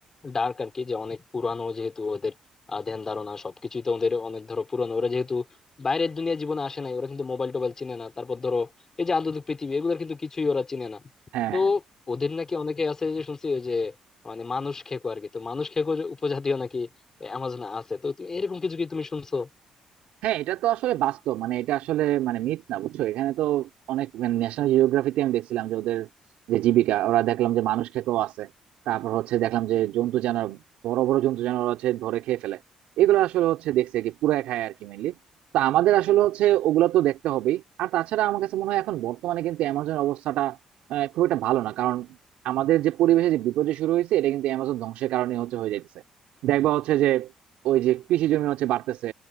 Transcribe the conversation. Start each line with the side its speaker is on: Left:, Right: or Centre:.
Left: ডার্ক আর কি যে অনেক পুরানো যেহেতু ওদের আহ, ধ্যান ধারণা সবকিছুই তো ওদের অনেক ধরো পুরানো ওরা যেহেতু বাইরের দুনিয়া জীবনে আসে নাই ওরা কিন্তু মোবাইল টোবাইল চিনে না তারপর ধরো এই যে আধুনিক পৃথিবী এগুলোর কিন্তু কিছুই ওরা চিনে না
Right: হ্যাঁ
Left: তো
Right: হ্যাঁ
Left: ওদের নাকি অনেকে আছে যে শুনছি ওই যে মানে মানুষ খেকো আর কি তো মানুষ খেকো যে উপজাতীয় নাকি অ্যামাজনে আছে তো তুমি এরকম কিছু কি তুমি শুনছো
Right: হ্যাঁ এটা তো আসলে বাস্তব মানে এটা আসলে মানে মিথ না বুঝছো এখানে তো অনেক ন্যাশনাল জিওগ্রাফিতে আমি দেখছিলাম যে ওদের যে জীবিকা ওরা দেখলাম যে মানুষ খেতেও আছে তারপর হচ্ছে দেখলাম যে জন্তু জানোয়ার বড় বড় জন্তু জানোয়ার হচ্ছে ধরে খেয়ে ফেলে এগুলো আসলে হচ্ছে দেখছে কি পুরা খায় আর কি মেনলি তো আমাদের আসলে হচ্ছে ওগুলো তো দেখতে হবেই আর তাছাড়া আমার কাছে মনে হয় এখন বর্তমানে কিন্তু অ্যামাজন অবস্থাটা আহ, খুব একটা ভালো না কারণ আমাদের যে পরিবেশে যে বিপর্যয় শুরু হয়েছে এটা কিন্তু অ্যামাজন ধ্বংসের কারণে হচ্ছে হয়ে যাচ্ছে দেখবা হচ্ছে যে ওই যে কৃষি জমি হচ্ছে বাড়তেছে